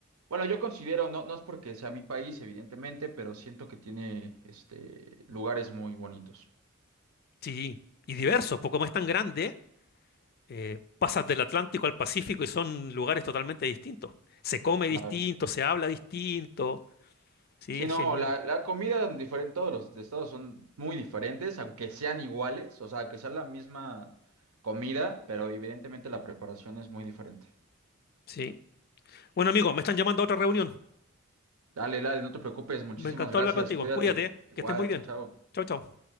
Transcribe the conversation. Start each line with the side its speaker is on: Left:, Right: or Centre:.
Right: bueno, yo considero, no, no es porque sea mi país, evidentemente, pero siento que tiene, este, lugares muy bonitos.
Left: Sí. Y diversos, porque como es tan grande, eh, pasas del Atlántico al Pacífico y son lugares totalmente distintos. Se come
Right: Claro.
Left: distinto, se habla distinto. Sí,
Right: Sí,
Left: es
Right: no,
Left: genial.
Right: la, la comida en diferen- todos los estados son muy diferentes, aunque sean iguales, o sea, que sea la misma comida, pero evidentemente la preparación es muy diferente.
Left: Sí. Bueno, amigo, me están llamando a otra reunión.
Right: Dale, dale, no te preocupes, muchísimas
Left: Me encantó
Right: gracias,
Left: hablar contigo.
Right: cuídate.
Left: Cuídate, ¿eh?
Right: Igual,
Left: que estés muy bien.
Right: chao, chao.
Left: Chau, chau.